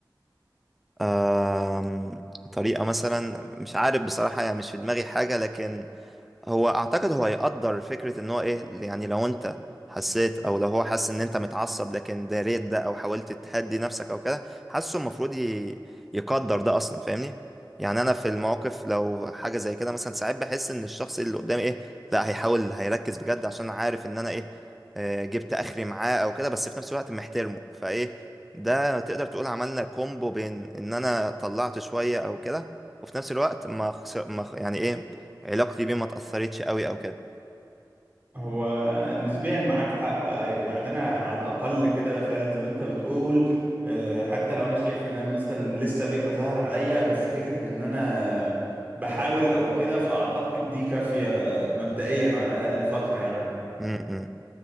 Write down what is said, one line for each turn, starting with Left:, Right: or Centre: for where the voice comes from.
Centre: آم، طريقة مثلا مش عارف بصراحة يعني مش في دماغي حاجة لكن هو اعتقد هو يقدر فكرة ان هو ايه يعني لو انت حسيت او لو هو حاسس ان انت متعصب لكن داريت ده او حاولت تهدي نفسك او كده حاسه المفروض ي- يقدر ده اصلا فاهمني يعني انا في المواقف لو حاجة زي كده مثلا ساعات بحس ان الشخص اللي قدامي ايه لا هيحاول هيركز بجد عشان عارف ان انا ايه آه، جبت اخري معاه او كده بس في نفس الوقت محترمه فايه ده تقدر تقول عملنا كومبو بين ان انا طلعت شوية او كده وفي نفس الوقت ما خسر ما خ- يعني ايه علاقتي بيه ما اتأثرتش قوي او كده
Right: هو نسبيا معاك حق ايوه يعني انا على الاقل كده فعلا زي ما انت بتقول آه، حتى لو انا شايف ان انا مثلا لسه بيبقى ظاهر عليا بس فكره ان انا بحاول او كده فاعتقد دي كافيه مبدئيا على الاقل فتره يعني
Centre: م- م.